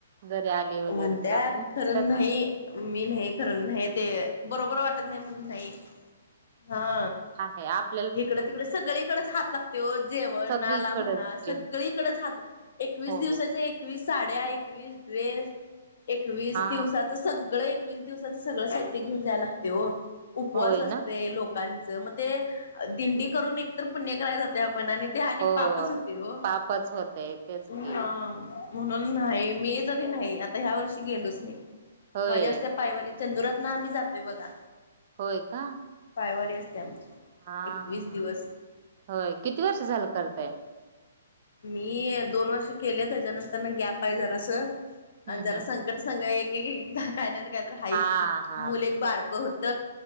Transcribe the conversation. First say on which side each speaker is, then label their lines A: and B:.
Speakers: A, on the right; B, on the left.
A: जरी आली, वगैरे
B: म्हणत्यात
A: तर असंम्हणतात.
B: खरं नाही मी नाही, खरं नाही ते, बरोबर वाटत नाही म्हणून नाही, हा.
A: हे आप
B: इकडं, तिकडे सगळीकडेच, हात लागतंय ओ, जेवणनाला
A: सगळीकडच
B: म्हणा
A: की
B: सगळीकडेच हात एकवीस,
A: हो
B: दिवसाच्या एकवीस साड्या, एकवीस ड्रेस, एकवीस
A: हा
B: दिवसा सगळ, एकवीस दिवसाच सगळं साहित्य, घेऊनजायला लागते हो, उपवास
A: होय
B: असते.
A: ना
B: लोक लोकांचं, मग ते दिंडी करून एकतर, पुण्य कराया जातोय आपण आणि ते आणि,
A: हो
B: पापच होते ओ,
A: पापच होतय तेच की
B: हम म्हणून नाही, मी तरी नाही आता ह्या वर्षी गेलोच नाही,
A: होय
B: माझ्या असत पायवर चंदुरातनं आम्ही जातोय बघा.
A: होय का,
B: पायवारी असते, आमची.
A: हा,
B: एकवीस दिवस
A: होय, किती वर्ष झालं करतंय.
B: मी, दोन वर्ष केले, त्याच्यानंतर ना गॅप आहे जरास,
A: हम्म
B: आणि जरास
A: हम्म
B: जर संघ, एकेक एक कायतर ते तर हायच,
A: हा हा
B: मुलं एक बारक होत,